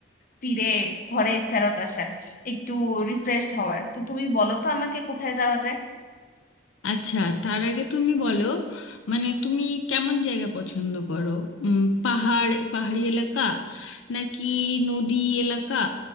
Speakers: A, on the left; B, on the left.
A: ফিরে ঘরে ফেরত আসার একটু রিফ্রেশড হওয়ার তো তুমি বলো তো আমাকে কোথায় যাওয়া যায়
B: আচ্ছা তার আগে তুমি বলো মানে তুমি কেমন জায়গা পছন্দ করো উম, পাহাড় পাহাড়ি এলাকা নাকি নদী এলাকা